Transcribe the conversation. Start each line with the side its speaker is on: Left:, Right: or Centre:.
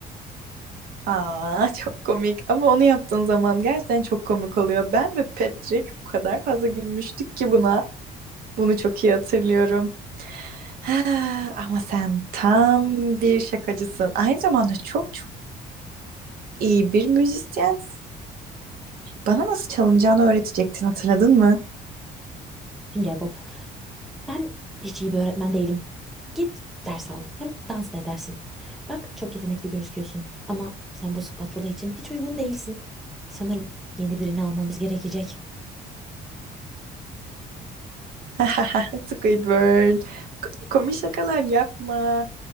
Right: Aa, çok komik. Ama onu yaptığın zaman gerçekten çok komik oluyor. Ben ve Patrick o kadar fazla gülmüştük ki buna. Bunu çok iyi hatırlıyorum. Ha, Ama sen tam bir şakacısın. Aynı zamanda çok çok iyi bir müzisyensin. Bana nasıl çalınacağını öğretecektin hatırladın mı?
Centre: Sünger Bob. Ben hiç iyi bir öğretmen değilim. Git ders al. Hem dans da edersin. Bak çok yetenekli gözüküyorsun. Ama sen bu spatula için hiç uygun değilsin. Sanırım yeni birini almamız gerekecek.
Right: <laughs> Squidward. Bu kadar komik şakalar yapma.